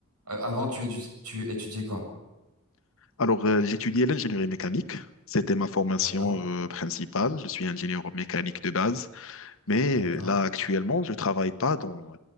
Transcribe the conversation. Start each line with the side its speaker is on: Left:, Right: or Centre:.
Right: Euh, Avant, tu étudiais, tu étudiais quoi?
Left: Alors, euh, j'étudiais l'ingénierie mécanique. C'était ma formation
Right: D'accord,
Left: euh, principale. Je suis ingénieur mécanique de base. Mais
Right: d'accord.
Left: euh, là, actuellement, je travaille pas dans...